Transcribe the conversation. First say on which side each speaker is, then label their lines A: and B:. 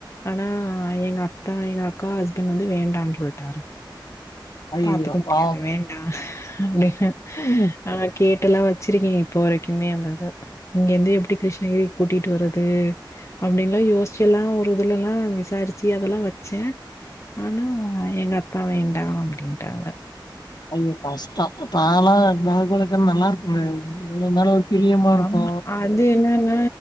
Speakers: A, on the left (about 35°); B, on the left (about 55°).
A: ஆனா எங்க அத்தா எங்க அக்கா ஹஸ்பண்ட் வந்து வேண்டானு சொல்லிட்டாரு
B: ஐயையோ
A: பாத்துக்க முடியாது
B: பாவம்
A: வேண்டா லைப்ப
B: ம்
A: ஆனா கேட்டு எல்லா வச்சிருக்கே இப்போ வரைக்குமே அந்தத இங்க இருந்து எப்டி கிருஷ்ணகிரிக்கு கூட்டிட்டு வர்றது அப்டின்ல்லாம் யோசிச்ச எல்லா ஒரு இதுல எல்லா விசாரிச்சு அதெல்லா வச்சே ஆனா எங்க அக்கா வேண்டா அப்டின்ட்டாங்க
B: ஐயோ கஷ்டம் தாலா டாக் வளக்க நல்லா இருக்குமே இன்னு மேல பிரியமா இருக்கு
A: ஆமா அந் இது என்னன்னா